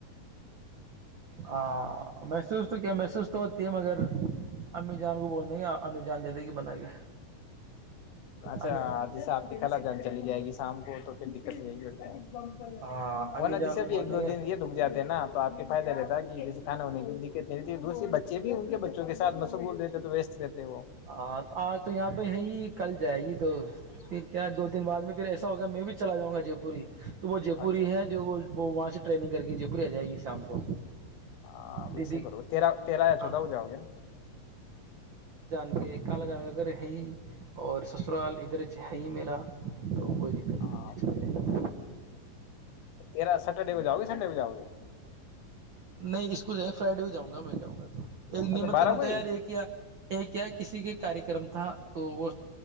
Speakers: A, on the right (about 80°); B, on the left (about 75°).
A: ہاں محسوس تو کیا محسوس تو ہوتی ہے مگر امی جان کو بولنے گ امی جان دے دیں گی بنا کے
B: اچھ
A: امی
B: جیسے آپ کی کلا گان چلی جائے گی شام کو تو پھر دقت رہے گی اور کیا
A: ہاں
B: وہ
A: امی
B: ن
A: جان
B: جسے
A: کو
B: بھی
A: بول
B: ایک
A: دیں
B: دو
A: گے
B: دن یہ رک جاتا نا تو آپ فائدہ لیتے ے کانا ہونے کی دق دوسری بچے بھی ان کے بچوں کے سات مسغول رہتے تو ویست رہتے وہ
A: ہاں تو آج تو یہاں پہ ہے ہی کل جائے گی تو پھر کیا دو تین بعد میں پھر ایسا ہوگا میں بھی چلا جؤں گا جے پوری تو وہ جے پوری
B: اچھا
A: ہے جو وہ وہاں سے ٹریننگ کر کے جے پور آ جائے گی شام کو
B: ہاں وسے
A: دیدی
B: کرو تیرا یا
A: ہاں
B: چودا ہو جاؤ گ
A: کہ کالا جان کا گھر ہے ہی اور سسرال ادھر چ ہے ہی میرا تو کوئی دقت
B: ہاں
A: نہیں ہے چلے جائیں گے
B: تیرا سٹرڈے پ جاؤ گے سنڈے پ جاؤ گے
A: نہیں اس کو جائ فرائیڈے کو جؤں گا میں جؤں گا تو ایک نمترن
B: اچھا بارہ کو
A: تیاری
B: ہی
A: یہ کیا یہ کیا کسی کے کار کررم تھا تو وہ